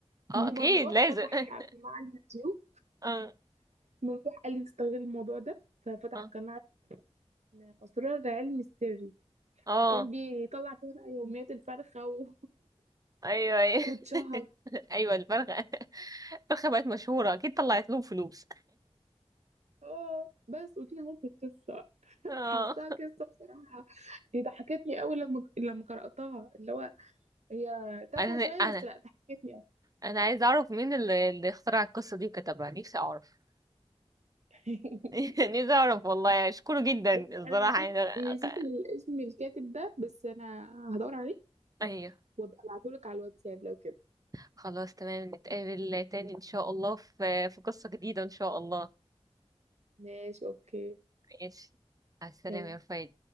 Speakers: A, on the right (about 30°); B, on the right (about 80°).
A: اه
B: <laughs> وممدوح
A: اكيد لازم
B: فتح
A: <laughs>
B: قناة على اليوتيوب
A: اه
B: ممدوح قال لي استغل الموضوع ده ففتح
A: اه
B: قناة اسمها أسرار العلم السري
A: اه
B: وكان بيطلع فيها بقى يوميات الفرخة و...
A: ايوه ايوه
B: <laughs> واتشهر
A: <laughs> ايوه الفرخه الفرخه بقت مشهوره اكيد طلعت لهم فلوس
B: اه بس قلت لها ممكن القصة
A: اه
B: حاساها قصة بصراحة ضحكتني أوي لما لما قرأتها اللي هو هي تافهة
A: انا
B: شوية
A: انا
B: بس لا ضحكتني يعني
A: انا عايزه اعرف مين اللي, اللي اخترع القصه دي وكتبها نفسي اعرف
B: <laughs>
A: <laughs> نفسي اعرف والله اشكره جدا
B: بصي
A: الصراحه
B: انا نسيت
A: يعني أق-
B: نسيت الاسم الكاتب ده بس انا هدور عليه
A: ايوه
B: وابقى ابعتهولك على الواتساب لو كده
A: خلاص تمام نتقابل تاني ان شاء الله في في قصه جديده ان شاء الله
B: ماشي اوكي
A: ماشي على السلامه
B: سلام.
A: يا رفايد